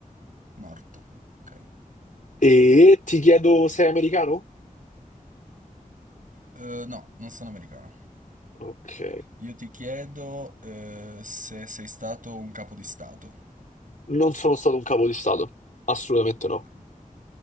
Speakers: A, on the right; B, on the left.
A: Morto, ok.
B: E ti chiedo, sei americano?
A: Eh, no, non sono americano.
B: Ok.
A: Io ti chiedo eh, se sei stato un capo di stato.
B: Non sono stato un capo di Stato, assolutamente
A: Ok.
B: no.